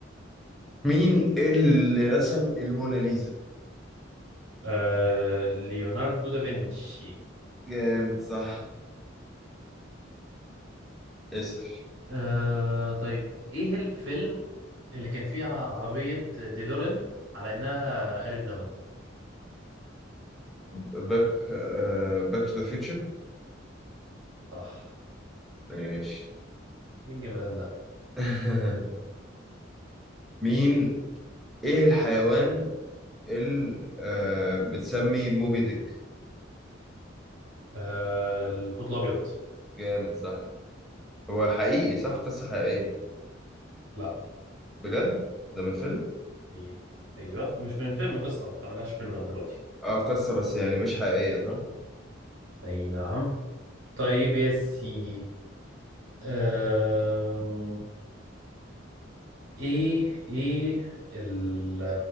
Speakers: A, in the centre; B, on the right.
A: مين اللي رسم الموناليزا
B: آه... ليوناردو دافنشي
A: جامد صح اسال
B: آه... طيب ايه الفيلم اللي كان فيها عربية ديلورين على انها آلة زمن؟
A: باك باك تو ذا فيوتشر
B: صح
A: ماشي
B: مين الجمدان ده؟
A: <laughs> مين ايه الحيوان اللي آه، بتسمي موبي ديك
B: آه... الحوت الابيض
A: جامد صح هو حقيقي صح قصة حقيقية
B: لا
A: بجد ده من فيلم
B: اي ايوه مش من فيلم قصه ما تعملهاش فيلم لغايه دلوقتي
A: اه قصة بس يعني مش حقيقية صح
B: اي نعم طيب يا سيدي أم... ايه ايه ال